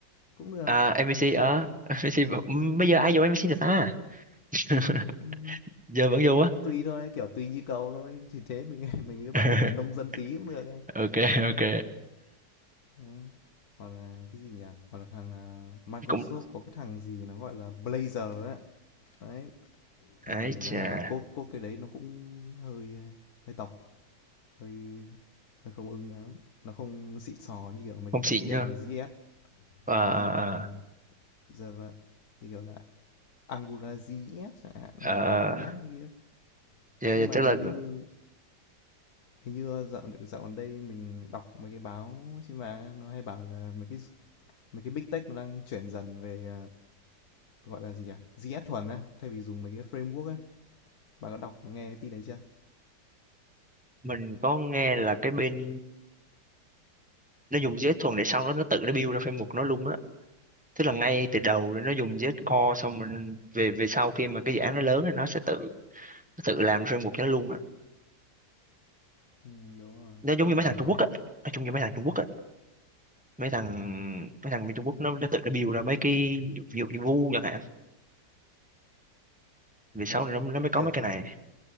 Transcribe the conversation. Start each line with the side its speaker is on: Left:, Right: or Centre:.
Left: cũng được.
Centre: à MVC
Left: Hoặc
Centre: ờ
Left: là
Centre: <laughs> MVC b-
Left: ừm,
Centre: bây giờ ai dùng MVC được ta <laughs>
Left: ừm,
Centre: giờ vẫn dùng á
Left: nó tùy thôi, kiểu tùy nhu cầu thôi. Thì thế mình <laughs> mình cứ bảo
Centre: <laughs>
Left: là nông dân tí cũng được ấy.
Centre: ok ok
Left: Ừm. Hoặc là cái gì nhỉ? Hoặc là thằng ờ, Microsoft
Centre: cũng
Left: có cái thằng gì nó gọi là Blazor ấy. Đấy, nhưng
Centre: ấy
Left: mà mình
Centre: chà
Left: nói thật cái code code cái đấy nó cũng hơi ờ, hơi tộc hơi hơi không ưng lắm nó không xịn sò như kiểu mấy
Centre: không
Left: cái
Centre: xịn
Left: thư viện
Centre: nhá
Left: là JS
Centre: ờ
Left: ờ,
Centre: ờ
Left: như kiểu
Centre: ờ
Left: là Java như kiểu là Angular JS chẳng hạn hay
Centre: Ờ, ờ.
Left: là React
Centre: ờ.
Left: JS.
Centre: Dạ,
Left: nhưng
Centre: dạ,
Left: mà
Centre: tức
Left: hình
Centre: là
Left: như hình như dạo dạo gần đây mình đọc mấy cái báo trên mạng á, nó hay bảo là mấy cái mấy cái big tech nó đang chuyển dần về à, gọi là gì nhỉ JS thuần á thay vì dùng mấy cái framework á bạn có đọc nghe tin đấy chưa
Centre: mình có nghe là cái bên nó dùng JS thuần để xong đó nó tự nó build ra framework nó luôn á tức là ngay từ đầu nó dùng JS Core xong mình về về sau khi mà cái dự án nó lớn thì nó sẽ tự nó tự làm framework cho nó luôn á
Left: ừ, đúng rồi
Centre: nó giống
Left: như
Centre: như mấy
Left: kiểu
Centre: thằng
Left: là nó
Centre: Trung Quốc á nó giống như mấy thằng Trung Quốc á mấy thằng mấy thằng bên Trung Quốc nó nó tự nó build ra mấy cái ví dụ như chẳng hạn về sau
Left: ừ,
Centre: này nó nó mới có
Left: kiểu
Centre: mấy cái này